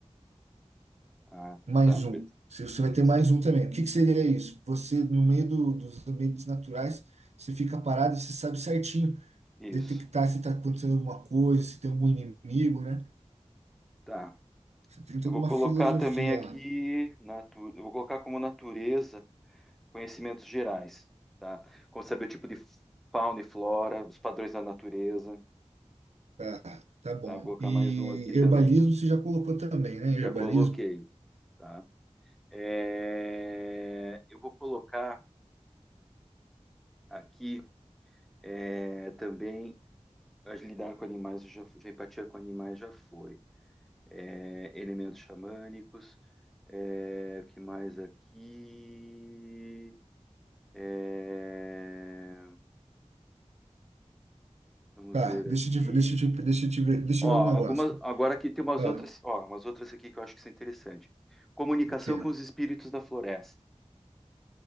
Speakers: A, in the centre; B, on the right.
A: Ah,
B: Mais
A: tá. Per-
B: um. Você você
A: percepção.
B: vai ter mais um também. O que que seria isso? Você, no meio do- dos ambientes naturais, você fica parado, você sabe certinho
A: Isso.
B: detectar se está acontecendo alguma coisa, se tem algum inimigo, né?
A: Tá.
B: Você tem toda
A: Eu vou
B: uma
A: colocar
B: filosofia
A: também aqui,
B: lá.
A: natu... eu vou colocar como natureza conhecimentos gerais, tá? Como saber o tipo de fauna e flora, os padrões da natureza,
B: Tá, tá bom.
A: tá? Vou colocar
B: E
A: mais um aqui também.
B: herbalismo você já colocou também, né?
A: Já
B: Herbalismo.
A: coloquei, tá? É, eu vou colocar aqui é, também as- lidar com animais, já, já empatia com animais já foi. É, elementos xamânicos, é, o que mais aqui? É, vamos
B: Tá,
A: ver
B: deixa
A: aqui.
B: eu te, deixa eu te, deixa eu te ver, deixa
A: Ó,
B: eu ver um negócio.
A: algumas, agora aqui tem umas
B: Ah,
A: outras, ó, umas outras aqui que eu acho que são interessantes. Comunicação
B: o quê?
A: com os espíritos da floresta.